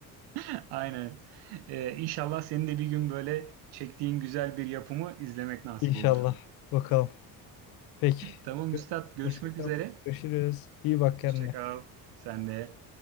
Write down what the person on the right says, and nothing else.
<laughs> aynen. Ee, inşallah senin de bir gün böyle çektiğin güzel bir yapımı izlemek nasip
olur.
Tamam üstad. Görüşmek
üzere.
Hoşça kal. Sen de.